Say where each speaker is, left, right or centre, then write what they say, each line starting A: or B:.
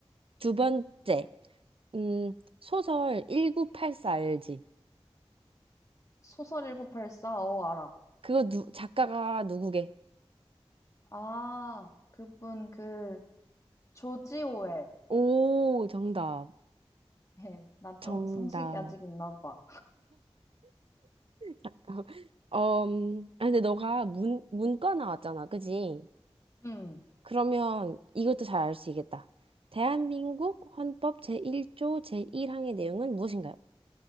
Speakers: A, on the right; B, on the left.
A: 두 번째. 음, 소설 1984 알지?
B: 소설 일곱팔사 어, 알아.
A: 그거 누, 작가가 누구게?
B: 아, 그분, 그, 조지 오웰.
A: 오, 정답.
B: <laughs> 나 좀
A: 정답.
B: 상식이 아직 있나 봐.
A: <laughs> 어, 음, 아, 근데 너가 문, 문과 나왔잖아, 그지?
B: 음.
A: 그러면 이것도 잘 알 수 있겠다. 대한민국 헌법 제1조 제1항의 내용은 무엇인가요?